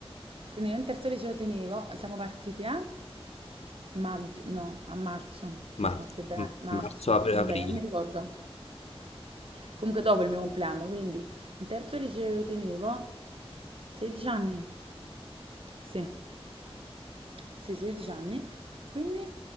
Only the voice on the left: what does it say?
Marzo,
marzo apri-
aprile.